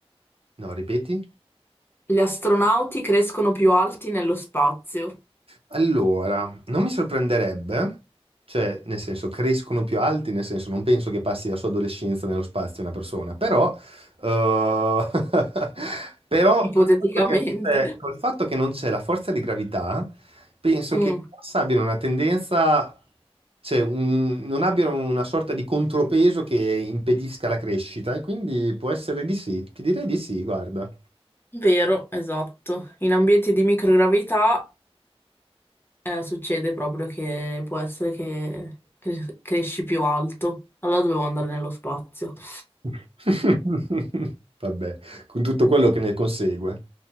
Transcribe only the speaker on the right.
No, ripeti.
Allora, non mi sorprenderebbe, cioè, nel senso, crescono più alti, nel senso, non penso che passi la sua adolescenza nello spazio una persona, però, eh, <laughs> però
col fatto che non c'è col fatto che non c'è la forza di gravità, penso
che i gas abbiano una tendenza, cioè, un- non abbiano una sorta di contropeso che impedisca la crescita, e quindi può essere di sì, ti direi di sì, guarda.
<laughs> Vabbè, con tutto quello che ne consegue.